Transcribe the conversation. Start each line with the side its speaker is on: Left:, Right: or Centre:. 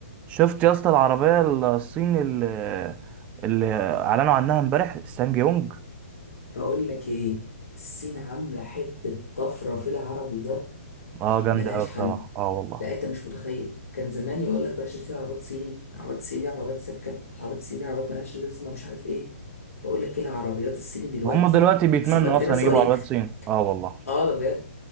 Right: شفت يا اسطى العربية الصيني اللي, اللي اعلنوا عنها امبارح سانج يونج
Left: بقول لك ايه الصين عامله حته طفره في العربيات
Right: اه جامدة
Left: ملهاش
Right: اوي بصراحة
Left: حل
Right: اه والله
Left: لا انت مش متخيل كان زمان يقول لك بلاش تشتري عربيات صيني عربيات صيني عربيات سكه عربيات صيني عربيات ملهاش لازمه مش عارف ايه بقول لك ايه العربيات الصيني دلوقتي
Right: هم دلوقتي بيتمنوا
Left: الصين بقى بتعمل
Right: اصلا
Left: صواريخ
Right: يجيبوا عربيات صين اه والله
Left: اه ده بجد